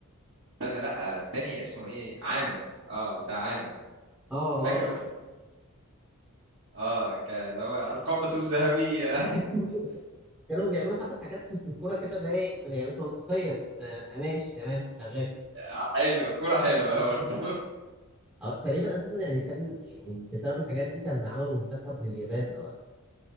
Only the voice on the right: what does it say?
استنى لا التاني اسمه ايه عامر اه بتاع عامر
فاكر بتاع اه ك- اللي هو القبضة الذهبية
<laughs> حلوة كرة حلوة <laughs> برضو